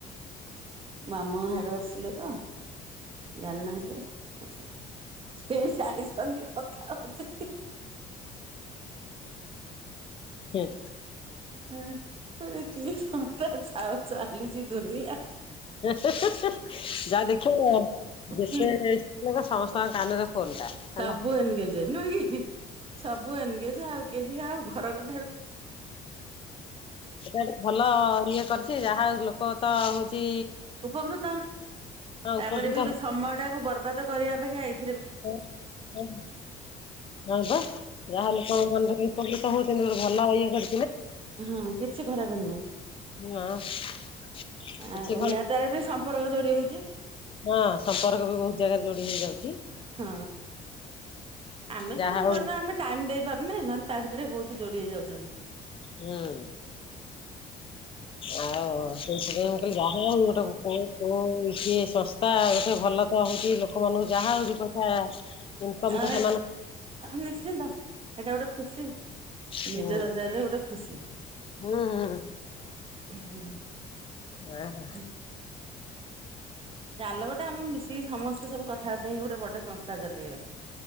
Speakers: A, on the right (about 35°); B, on the left (about 30°).
A: ମାମୁ ହାଡୁ ଆସିଲେ ତ ଜାଣିନାହାନ୍ତି ଆଚ୍ଛା ସେ ଜାଣିଛନ୍ତି କଥା ହଉଚି।
B: ହୁଁ।
A: ହୁଁ ସେ କି ସଂସ୍ଥା ଚା ଚାଲିଛି ଦୁନିଆ।
B: ଯାହା ଦେଖିବ ଯେତେ
A: ହୁଁ
B: ସ୍ତ୍ରୀ ଲୋକ ସମସ୍ତଙ୍କ କାନରେ ଫୋନ ଟା
A: ସବୁ
B: ହେଲା।
A: ଏନଗେଜ ନୁହେଁ କି ସବୁ ଏନଗେଜେ ଆଉ କେହି ଆଉ ଘର କ
B: ସେଟା ଭଲ ଇଏ କରି ଚି ଯାହା ହଉ ଲୋକ ତ ହଉଚି
A: ଉପକୃତ ତାପରେ
B: ଉପକୃତ
A: ବି ବି ସମୟ ଟାକୁ ବର୍ବାଦ କରିବା ଅପେକ୍ଷା ଏଇ
B: ହଁ ହଁ ହଁ ବା ଯାହା ଲୋକ ଙ୍କ ମନରେ ଉପକୃତ ହଉ ଗୋ ଭଲ ଇଏ ଗୋ
A: ହଁ କିଛି ଖରାପ ନୁହ।
B: ହଁ। କିଛି
A: ଆଉ
B: କଣ
A: ୟା ଦ୍ଵାରା ବି ସମ୍ପର୍କ ଯୋଡି ହଉଛି
B: ହଁ ସମ୍ପର୍କ ବି ବହୁତ ଜାଗାରେ ଯୋଡି ହେଇଯାଉଛି।
A: ହଁ ଆମେ
B: ଯାହା
A: ସିନା ନୂଆ
B: ହଉ
A: ନୂ ଆମେ ଟାଇମ ଦେଇ ାର ନା ନହେଲେ ତା ଭିତରେ ବହୁତ ଯୋଡ଼ି ହେଇଯାଉଛନ୍ତି।
B: ହୁଁ। ଆଉ ସେଇଥିପାଇଁ ମୁଁ କହିଲି ଯାହା ଆଉ ଗୋଟେ କୋଉ କୋଉ କିଏ ଶସ୍ତା ଗୋଟେ ଭଲ ତ ହଉଛି ଲୋକମାନାନଙ୍କୁ ଯାହା ହଉଛିି ପଇସା ଇନକମ୍
A: ଆ
B: ତ ସେମାନେ
A: ନିଶ୍ଚିନ୍ତ ଏଇଟା ଗୋଟେ ଖୁସି
B: ହୁଁ
A: ନିଜ ରଜାରରେ ଗୋଟେ ଖୁସି।
B: ହୁଁ ହୁଁ
A: ହୁଁ
B: ଓ ହୋ।
A: ହୁଁ। ଚାଲ ଗୋଟେ ଆମେ ମିଶିକି ସମସ୍ତେ ସବୁ କଥାବାର୍ତ୍ତା ହେଇକି ଗୋଟେ ବଡ ସଂସ୍ଥା ଚଲେଇବା।